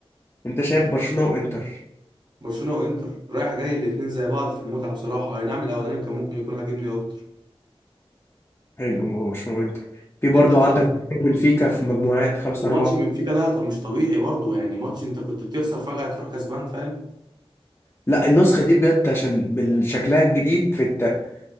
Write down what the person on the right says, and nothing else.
برشلونه وانتر رايح جاي الاثنين زي بعض في المتعه بصراحه اي نعم الاولاني كان ممكن يكون عاجبني اكتر
انت بقى
وماتش
بنفيكا ده طب مش طبيعي برضو يعني ماتش انت كنت بتخسر فجاه تروح كسبان فاهم